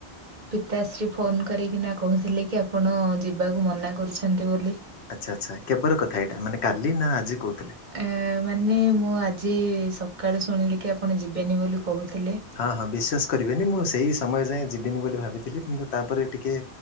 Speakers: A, on the right (about 50°); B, on the left (about 70°).
A: ପିତାଶ୍ରୀ ଫୋନ କରିକିନା କହୁଥିଲେ କି ଆପଣ ଯିବାକୁ ମନା କରୁଛନ୍ତି ବୋଲି।
B: ଆଚ୍ଛା ଆଚ୍ଛା କେବର କଥା ଏଇଟା ମାନେ କାଲି ନା ଆଜି କହୁଥିଲେ।
A: ଏ ମାନେ ମୁଁ ଆଜି ସକାଳୁ ଶୁଣିଲି କି ଆପଣ ଯିବେନି ବୋଲି କହୁଥିଲେ।
B: ହଁ ହଁ ବିଶ୍ୱାସ କରିବେନି ମୁଁ ସେହି ସମୟ ଯାଏଁ ଯିବିନି ବୋଲି ଭାବିଥିଲି କିନ୍ତୁ ତାପରେ ଟିକେ